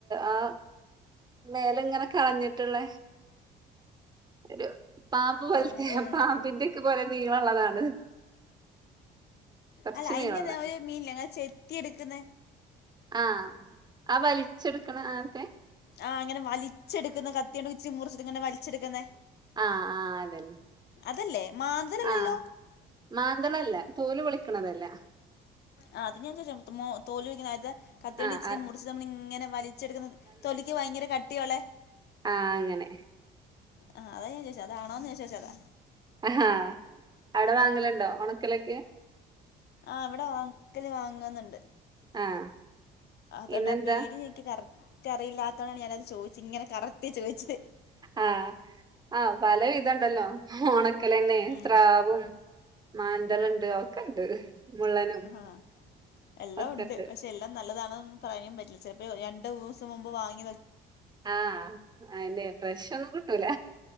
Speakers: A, on the right; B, on the left.
A: ആ മേല ങ്ങനെ കളഞ്ഞിട്ട്ള്ളേ ഒരു പാമ്പ് പോല്ത്തെ
B: വേറെ
A: പാമ്പിന്റെ
B: മാത്രം
A: ഒക്കേ പോലെ നീളള്ളതാണ് കൊറച്ച്
B: അല്ല അയിന്റെ
A: നീളള്ളെ
B: ഒരു മീൻ ല്ലേ ങ്ങനെ ചെത്തി എട്ക്ക്ന്ന
A: ആ ആവലിച്ചെടുക്ക്ണ അൻത്തെ
B: ആ അങ്ങനെ വലിച്ചെടുക്ന്ന കത്തിയോന്ട് ഇച്ചി മുറിച്ചിട്ട്ങ്ങനെ വലിച്ചെടുക്ക്ന്നേ
A: ആ ആ അതെന്നെ
B: അതല്ലേ മാന്തലല്ലല്ലോ
A: ആ മാന്തളല്ല തോല് പൊളിക്ക്ണതല്ല
B: ആ അതിന <unintelligible> തോലു <unintelligible> കത്തിയോണ്ട്
A: ആഹ്
B: ഇച്ചിരി മുറിച്ച് നമ്മളിങ്ങനെ വലിച്ചെടുക്കുന്നത് തൊലി <unintelligible> വയങ്കര കട്ടിയുള്ളെ
A: ആ അങ്ങനെ.
B: ആ അതാ ഞാൻ ചേദിച്ചേ അതാണോന്ന് <unintelligible> അതാ.
A: ആ അവിടെ വാങ്ങലുണ്ടോ ഒണക്കലൊക്കെ?
B: ആ ഇവടെ വ ഒണക്കല് വാങ്ങ്ന്ന്ണ്ട്.
A: ആഹ്
B: അതൊണ്ട
A: ഇന്നെന്താ
B: ആ പേര് എനിക്ക് കറക്റ്റ് അറിയില്ലാത്തോണ്ടാണ് ഞാനത് ചോദിച്ചത് ഇങ്ങനെ. കറക്റ്റ് ചോദിച്ചത്
A: ആ ആ പല വിധണ്ടല്ലോ ഒണക്കലന്നെ
B: ഉം
A: സ്രാവും മാന്തല്ണ്ട് ഒക്കെണ്ട്. മുള്ളനും
B: ആ എല്ലാം
A: ഒക്കെണ്ട്
B: ഒണ്ട് പക്ഷെ എല്ലാം നല്ലതാണൊന്നു പറയാൻ പറ്റില്ല ചെലപ്പോ രണ്ടുസം മുമ്പ് വാങ്ങി
A: ആ അയിന്നെ ഫ്രഷോന്നും കുട്ടൂല.